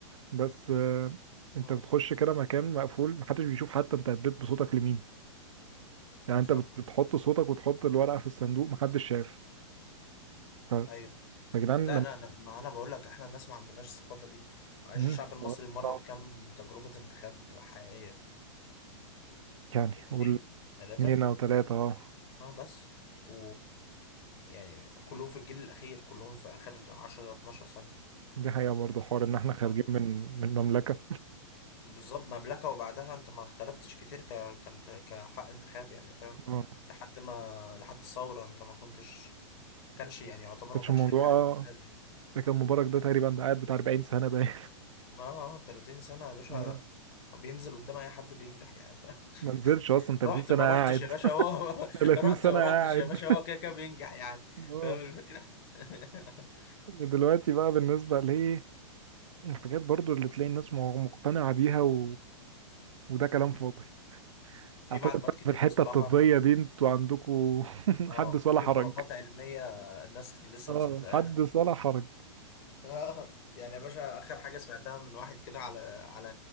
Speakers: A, on the right; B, on the left.
A: بس آه، انت
B: مم.
A: بتخش كده مكان مقفول محدش بيشوف حتى انت اديت بصوتك لمين يعني
B: صح
A: انت بت- بتحط صوتك وتحط الورقه في الصندوق محدش شاف ف-
B: ايوه
A: فيا جدعان
B: لا
A: لما
B: لا لا ما انا بقول لك احنا الناس ما عندناش الثقافة دي معلش
A: مم،
B: الشعب المصري مر
A: صعب.
B: بكم تجربة انتخاب حقيقية
A: يعني
B: اتنين
A: قول
B: ثلاثة
A: اثنين او ثلاثه اه
B: اه بس و يعني كلهم في الجيل الأخير كلهم في آخر 10 12 سنة
A: دي حقيقة برضه حوار إن إحنا خارجين
B: اه
A: من من مملكة
B: بالظبط مملكة وبعدها انت ما اختلفتش كتير ك... كانت كحق انتخاب يعني فاهم
A: آه.
B: لحد ما لحد الثورة انت ما كنتش ما كانش يعني يعتبر
A: كانش
B: ما كانش
A: الموضوع
B: ليك حق
A: آه.
B: انتخاب يعني
A: ده كان مبارك ده تقريبا ده قاعد بتاع 40 سنة باين
B: ما آه، 30 سنة يا باشا
A: آه.
B: بينزل قدام أي حد بينجح يعني فاهم
A: ما نزلش أصلا
B: <laughs>
A: 30
B: رحت
A: سنة
B: ما
A: قاعد
B: رحتش يا باشا هو
A: <laughs>
B: <laughs>
A: 30
B: رحت
A: سنة
B: ما
A: قاعد
B: رحتش يا باشا
A: <laughs>
B: هو كده كده بينجح يعني
A: اه
B: فاهم الفكرة؟ <laughs>
A: دلوقتي بقى بالنسبة ليه الحاجات برضو اللي تلاقي الناس م- مقتنعة بيها و... وده كلام
B: مم.
A: فاضي
B: في
A: اعتقد
B: معلومات
A: بقى
B: كتير
A: في الحتة
B: بصراحة
A: الطبية دي انتوا عندكوا <laughs> حدث
B: اه
A: ولا
B: في
A: حرج
B: خرافات علمية الناس لسه
A: اه
B: مصدقاها
A: حدث ولا حرج
B: اه يعني يا باشا اخر حاجة سمعتها من واحد كده على على